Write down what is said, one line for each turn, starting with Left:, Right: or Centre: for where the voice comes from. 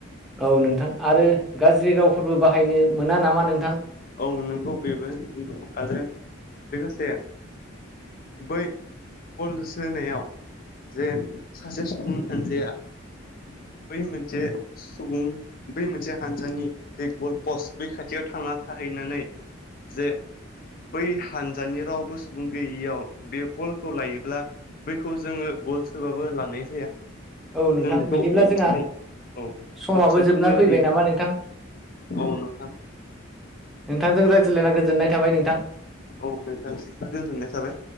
Centre: औ नोंथां आरो गाज्रि रावफोरबो बाहायनो मोना नामा नोंथां
Left: औ नोंगौ बेबो आरो लोगोसे बै गल जोनायाव जे सासे सुबुंनि हानजाया बै मोनसे सुबुं बै मोनसे हानजानि जे गल् पस्ट बै खाथियाव थांना थाहैनानै जे बै हानजानि रावबो सुबुं गैयियाव बे बलखौ लायोब्ला बैखौ जोङो गल सोबाबो लानाय जाया
Centre: औ नोंथां
Left: जों बेखौ
Centre: बिदिब्ला
Left: अफसाइड
Centre: जोंहा
Left: औ
Centre: समाबो
Left: अफसाइड
Centre: जोबना
Left: बुंनाय
Centre: फैबाय
Left: जायो
Centre: नामा
Left: औ
Centre: नोंथां
Left: नोंथां
Centre: नोंथांजों रायज्लायना गोजोननाय थाबाय नोंथां
Left: औ नोंथांनिसिमबो गोजोननाय थाबाय